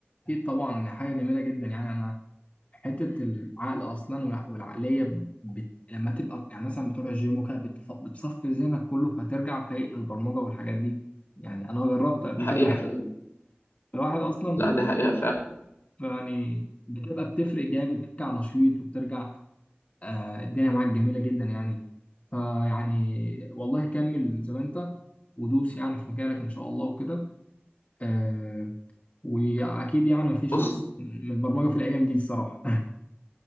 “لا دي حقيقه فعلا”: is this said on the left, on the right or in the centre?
Left